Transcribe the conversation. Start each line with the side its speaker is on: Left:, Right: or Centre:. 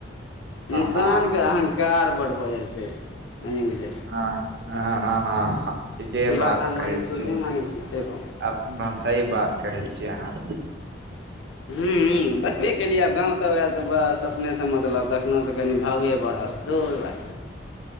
Right: हँ
Left: इंसानके
Right: हँ
Left: अहंकार बड़ भऽ जाइ छै मयंक जी
Right: हां हां हं हं ठीके
Left: ई
Right: बात
Left: अहाँ
Right: कहैइ
Left: मानै
Right: छियै
Left: कि नहि मानै छियै से कहू
Right: अप भाषाई बात कहैइ छियै अहाँ
Left: हूं देखबे केलियै गाँव तांवऽ आयल तऽ बस अपनेसँ मतलब देखलहुँ तऽ कनि भाउये बढ़ल दूर भाइ